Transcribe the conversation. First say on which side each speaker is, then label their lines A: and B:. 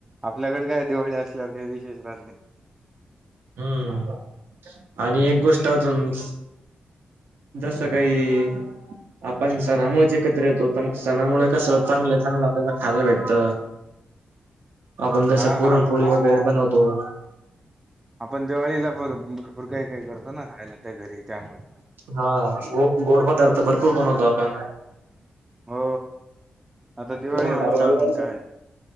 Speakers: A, on the right (about 20°); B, on the right (about 75°).
A: आपल्याकडे काय दिवाळी असल्यावर काही विशेष राहत नाही.
B: हम्म आणि एक गोष्ट अजून जसं काही आपण सणामुळेचे एकत्र येतो तर सणामुळे कस चांगलं चांगलं आपल्याला खायला भेटत आपण दश
A: हा
B: पुरणपोळी
A: आप
B: वगैरे बनवतो हो
A: आपण दिवाळीला प भरपूर काही काही करतो ना खायला त्या घरी त्यामुळे
B: हा गो गोड पदार्थ भरपूर बनवतो आपण
A: हो आता दिवाळी
B: गोड
A: म्हटल्यावर
B: पदार्थ
A: मग काय